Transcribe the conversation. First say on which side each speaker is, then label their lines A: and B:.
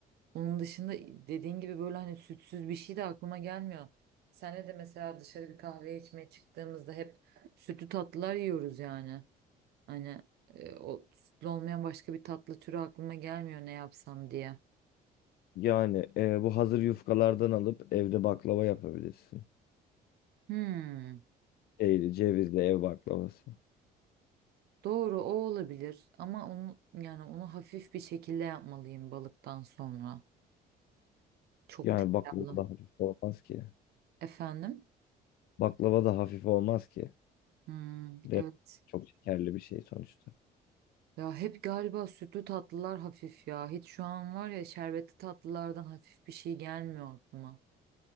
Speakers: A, on the right; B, on the left.
A: Onun dışında dediğin gibi böyle hani sütsüz bir şey de aklıma gelmiyor. Senle de mesela dışarı bir kahve içmeye çıktığımızda hep sütlü tatlılar yiyoruz yani. Hani e, o sütlü olmayan başka bir tatlı türü aklıma gelmiyor ne yapsam diye.
B: Yani e, bu hazır yufkalardan alıp evde baklava yapabilirsin.
A: Hmm,
B: Şeyli, cevizli ev baklavası.
A: doğru o olabilir ama onu yani onu hafif bir şekilde yapmalıyım balıktan sonra. Çok
B: Yani
A: tereyağlı.
B: baklava da hafif olmaz ki.
A: Efendim?
B: Baklava da hafif olmaz ki.
A: Hmm,
B: de
A: evet.
B: çok şekerli bir şey sonuçta.
A: Ya hep galiba sütlü tatlılar hafif ya. Hiç şu an var ya şerbetli tatlılardan hafif bir şey gelmiyor aklıma.